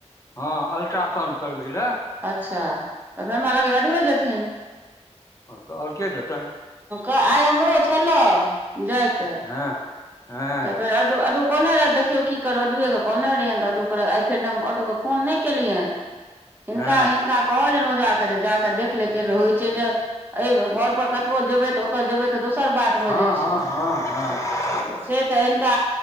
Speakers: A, on the left; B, on the right.
A: हँ अल्ट्रासाउंण्ड करबै लए।
B: अच्छा तऽ हमरा लगैया अडबे जेथिन।
A: ओ-ओर के जेतैन।
B: आय हमरो छेल्ला जायके।
A: हँ। हँ
B: तखन अडु-अडु कोनेरे देख। देखौ की करब अडए के कहने रहिै तऽ अडू के आइ फेर ऑडू के फोन नै केलियैन। हिनका
A: हँ
B: -हिनका कहल ओझा के जे जाके देखले थिन होइ छै जे घर पर कतबो जेबे तऽ। ओतय जेबै तऽ दोसर बात भऽ
A: हँ, हँ,
B: जाइ छै
A: हँ, हँ।
B: तऽ से तऽ हिनका